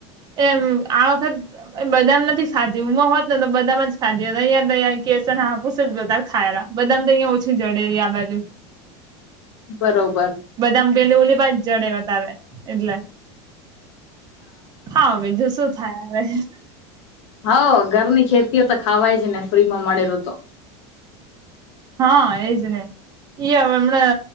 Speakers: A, on the right (about 25°); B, on the left (about 80°).
A: એમ આ વખત બદામ નથી ખાધી બહોત ને તો બદામ જ ખાધી હોત અહીયાં ને અહીયાં કેસર હાપુસ જ બધા ખાય રા બદામ તો અહિયાં ઓછી જડે રે આ બાજુ
B: બરોબ
A: બદામાં પેલી ઓલી પા જડે વધારે એટલે હા બીજું શું થાય હવે
B: હા ઘરની ખેતીઓ તો ખાવાય જ ને ફ્રીમાં મળેલું તો
A: હા એજ ને ઈ હવે હમણા